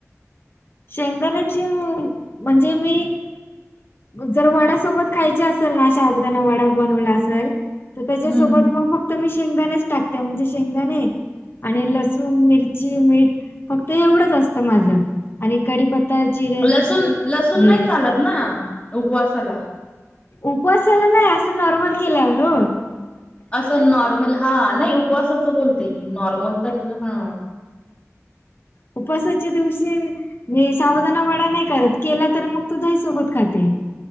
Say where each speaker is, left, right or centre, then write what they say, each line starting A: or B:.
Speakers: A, on the left; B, on the left.
A: शेंगदाण्याची म्हणजे मी जर वड्या सोबत खायच्या असेल ना अशा अबदना वडा बनवला असेल तर त्याच्यासोबत
B: हम्म
A: मग फक्त तर मी शेंगदाणेच टाकते म्हणजे शेंगदाणे आणि लसूण मिरची मीठ फक्त एवढंच असतं माझं आणि कडीीपत्ता जिऱ्याची
B: लसूण लसूण
A: हे
B: नाही चालत ना उपवासाला
A: उपवास झाला नाही असं नॉर्मल केल्यावर हो
B: असं नॉर्मल हा नाही उपवासाच बोलते मी नॉर्मल तर हा
A: उपसाच्या दिवशी म्ह सावधा वडा नाही करत केला तर मग तो दही सोबत खाते